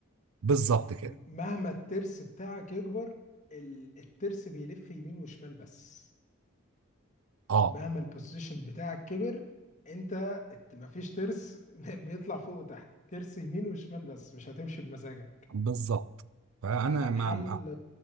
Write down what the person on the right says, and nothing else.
بالظبط كده
اه
بالظبط فانا
مع مع-